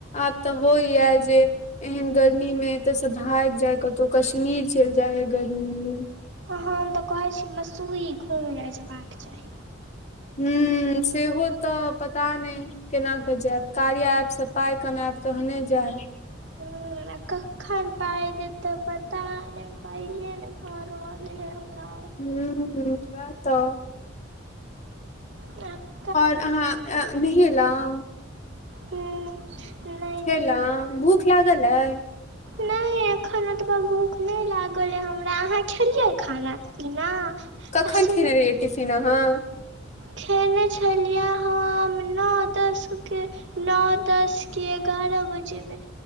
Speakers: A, on the left; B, on the right.
A: आब तऽ होइयै जे एहन गर्मी में एतऽ स भाइग जाय कत‌ऊ, कश्मीर चलि जाय अय गर्मी मे
B: अ हम तऽ कहै छी, मसूरी घूमले जेबाक चाही।
A: हम्म सेहो तऽ पता नहि केना कऽ जैब, कार्या ऐप से पाइ कमायब तहने जैब।
B: हम्म आ कखन पाय देतय पता नहि पैयेे नहि भऽ रहल है हमरा।
A: हम्म वैह तऽ
B: <unintelligible>
A: आओर अहाँ नहेल‌ऊ।
B: हूं नय
A: खेलऊ भूख लागल अय।
B: नहि नहि एखन एतबा भूख नहि लागल अय हमरा, अहाँ खेलियै खाना पीना। आ
A: कखन
B: सुन
A: खेने रहियै टिफिन अहाँ
B: खेने छलियै हम नौ दसके नौ दस कि एगारह बजेमे